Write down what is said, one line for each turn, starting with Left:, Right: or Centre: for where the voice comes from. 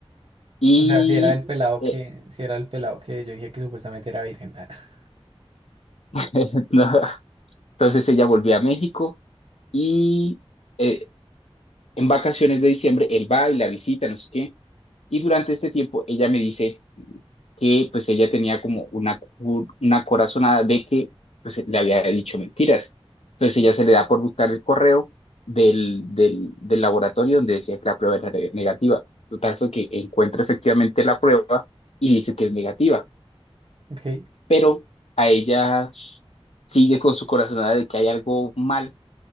Left: y...
Right: O sea, si era el pelado
Left: eh,
Right: que, si era el pelado que yo dije que supuestamente era virgen. Ah, <laughs>
Left: <laughs> no, Entonces ella volvió a México y eh, en vacaciones de diciembre él va y la visita, no sé qué. Y durante este tiempo ella me dice que pues ella tenía como una, cu- una corazonada de que pues le había dicho mentiras. Entonces ella se le da por buscar el correo del, del, del laboratorio donde decía que la prueba era ne- negativa. Total fue que encuentra efectivamente la prueba y dice que es negativa,
Right: ok.
Left: pero a ella sigue con su corazonada de que hay algo mal